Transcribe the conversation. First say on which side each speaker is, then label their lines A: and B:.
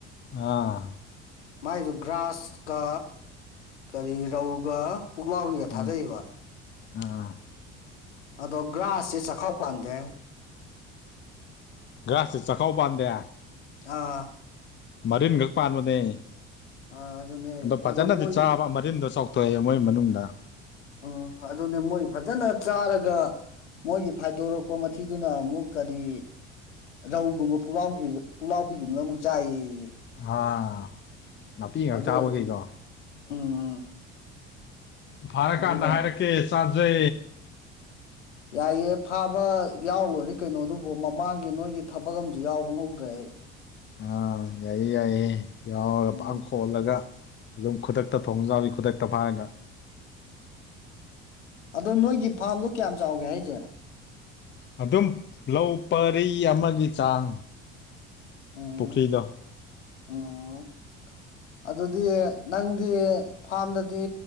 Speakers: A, on the left; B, on the left.
A: ꯑꯥ
B: ꯃꯥꯏꯗꯨ ꯒ꯭ꯔꯥꯁꯀ ꯀꯔꯤ ꯔꯧꯒ ꯄꯨꯛꯂꯥꯎꯕꯤꯒ
A: ꯎꯝ
B: ꯊꯥꯗꯩꯕ
A: ꯑꯥ
B: ꯑꯗꯣ ꯒ꯭ꯔꯥꯁꯁꯦ ꯆꯥꯛꯈꯥꯎ ꯄꯥꯟꯗꯦ ꯍꯥꯏ ꯉꯣ
A: ꯒ꯭ꯔꯥꯁꯁꯨ ꯆꯈꯥꯎꯄꯟꯗꯦ
B: ꯑꯥ
A: ꯃꯔꯤꯟ ꯈꯛ ꯄꯥꯟꯕꯅꯦ
B: ꯑꯥ ꯑꯗꯨꯅꯦ
A: ꯑꯗꯣ ꯐꯖꯅꯗꯤ
B: ꯃꯣꯏꯗꯤ
A: ꯆꯥꯕ ꯇꯤꯟꯗꯣ ꯆꯥꯎꯊꯣꯛꯑꯦ ꯃꯣꯏ ꯃꯅꯨꯡꯗ
B: ꯎꯝ ꯑꯗꯨꯅꯦ ꯃꯣꯏ ꯐꯖꯅ ꯆꯥꯔꯒ ꯃꯣꯏꯒꯤ ꯐꯥꯏꯗꯣꯔꯛꯄ ꯃꯊꯤꯗꯨꯅ ꯑꯃꯨꯛ ꯀꯗꯤ ꯔꯧꯒꯨꯝꯕꯂ ꯄꯨꯛꯂꯥꯎꯕꯤꯒꯨꯝꯕꯅ ꯑꯃꯨꯛ ꯆꯥꯏꯌꯦ
A: ꯑꯥ ꯅꯥꯄꯤ ꯉꯥꯛ
B: ꯑꯗꯨ
A: ꯆꯥꯕꯈꯩꯗꯣ
B: ꯑꯣꯏꯔꯗꯤ ꯎꯝ
A: ꯐꯔ
B: ꯑꯗꯨꯅ
A: ꯀꯥꯟꯅ ꯍꯥꯏꯔꯛꯀꯦ ꯆꯥꯁꯦ
B: ꯌꯥꯏꯑꯦ ꯐꯥꯕ ꯌꯥꯎ ꯂꯣꯏꯔꯦ ꯀꯩꯅꯣꯗꯨꯕꯨ ꯃꯃꯥꯡꯒꯤ ꯅꯣꯏꯒꯤ ꯊꯕꯛ ꯑꯃꯁꯨ ꯌꯥꯎꯕ ꯉꯝꯗ꯭ꯔꯦ ꯑꯩ <inaudible>
A: ꯑꯥ ꯌꯥꯏꯌꯦ ꯌꯥꯏꯌꯦ ꯌꯥꯎꯔꯒ
B: ꯎꯝ
A: ꯄꯥꯡ ꯈꯣꯜꯂꯒ ꯑꯗꯨꯝ ꯈꯨꯗꯛꯇ ꯊꯣꯡ ꯖꯕꯤ ꯈꯨꯗꯛꯇ ꯐꯥꯏꯔꯒ
B: ꯑꯗꯣ ꯅꯣꯏꯒꯤ ꯐꯥꯔꯝꯗꯣ ꯀꯌꯥꯝ ꯆꯥꯎꯒꯦ ꯍꯥꯏꯁꯦ
A: ꯑꯗꯨꯝ ꯂꯧ ꯄꯔꯤ ꯑꯃꯒꯤ ꯆꯥꯡ
B: ꯎꯝ
A: ꯄꯨꯈ꯭ꯔꯤꯗꯣ
B: ꯎꯝ ꯑꯗꯨꯗꯤ ꯅꯪꯗꯤ ꯐꯥꯔꯝꯗꯗꯤ